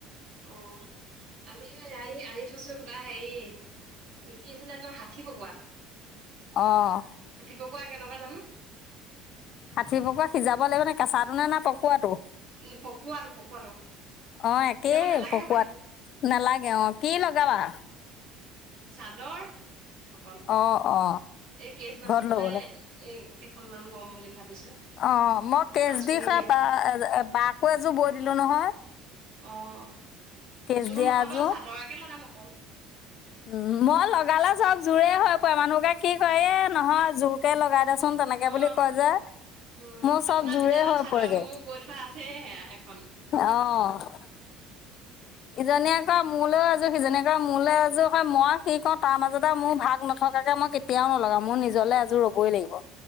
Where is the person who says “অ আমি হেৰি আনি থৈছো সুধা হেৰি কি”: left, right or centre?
Right